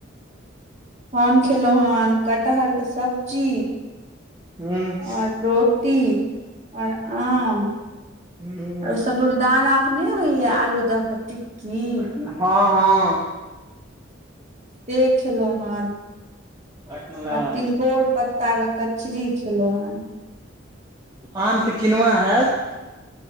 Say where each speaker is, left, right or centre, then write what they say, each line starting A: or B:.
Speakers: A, on the right (about 35°); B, on the right (about 20°).
A: हम खेलौ हन कटहर के सब्जी
B: हूँ
A: आओर रो टी आओर आम
B: हूँ
A: आर ओ सबुरदना के नहि होइया आलू द क टिक्की
B: हँ हँ
A: से खेलौ हन
B: अच्छा
A: आ तिल -कोड़ पत्ता के कचरी खेलौ हन
B: आम तऽ किनुआ हेएत